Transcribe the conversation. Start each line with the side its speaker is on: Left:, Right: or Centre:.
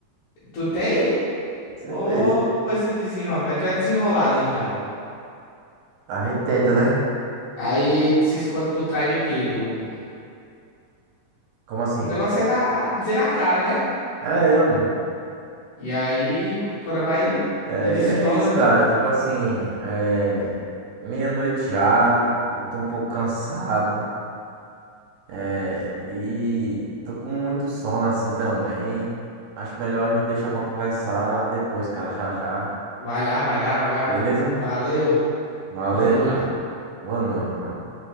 Left: tu tem?
Right: Certeza.
Left: Ô, coisa desenrolada. Mas tu é desenrolado, então.
Right: A gente tenta, né?
Left: Aí se esconde por trás do quê? Do...
Right: Como assim?
Left: O negócio é na, na- dizer na cara, né?
Right: É, eu. meu.
Left: E aí, quando vai
Right: É,
Left: e desenrola,
Right: e é isso, cara. Tipo assim, é, meia-noite já, eu tô um pouco cansado. É, e tô com muito sono assim também. Acho melhor a gente deixar pra conversar depois, cara, já já.
Left: vai lá, vai lá, vai lá.
Right: Beleza?
Left: Valeu,
Right: Valeu,
Left: boa noite.
Right: cara. Boa noite, mano.